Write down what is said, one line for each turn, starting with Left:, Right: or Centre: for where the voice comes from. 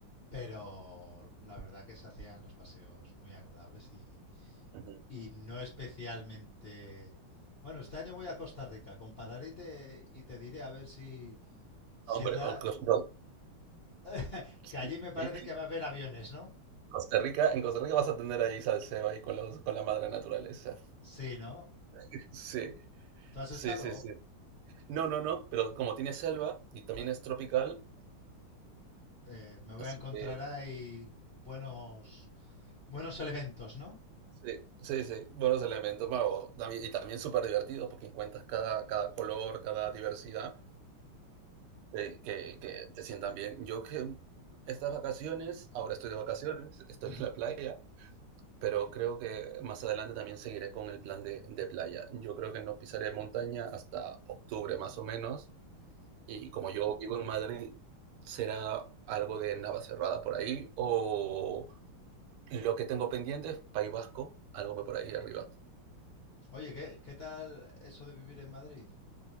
Left: Pero la verdad que se hacían los paseos muy agradables y,
Right: Ujú.
Left: y no especialmente... Bueno, este año voy a Costa Rica, compararé y te, y te diré a ver si... si
Right: Hombre,
Left: rea-
Right: bueno, no.
Left: <laughs>
Right: Sí,
Left: que allí me parece
Right: <laughs> sí.
Left: que va a haber aviones, ¿no?
Right: Costa Rica, en Costa Rica vas a tener ahí salseo ahí con, los, con la madre naturaleza.
Left: Sí, ¿no?
Right: <laughs> Sí,
Left: ¿Tú has
Right: sí,
Left: estado?
Right: sí, sí. No, no, no, pero como tiene selva y también
Left: Ja,
Right: es tropical,
Left: eh, me voy
Right: así
Left: a encontrar
Right: que
Left: ahí buenos, buenos elementos, ¿no?
Right: sí, sí, sí, buenos elementos, bueno, tambi- y también súper divertidos porque encuentras cada, cada color, cada diversidad Eh, que que te sientan bien. Yo que estas vacaciones, ahora estoy de vacaciones, <laughs> estoy
Left: Ujú.
Right: en la playa, pero creo que más adelante también seguiré con el plan de de playa. Yo creo que no pisaré montaña hasta octubre, más o menos, y como yo vivo en Madrid, será algo de Navacerrada por ahí, o lo que tengo pendiente es País Vasco, algo por ahí arriba.
Left: Oye, ¿qué, qué tal eso de vivir en Madrid?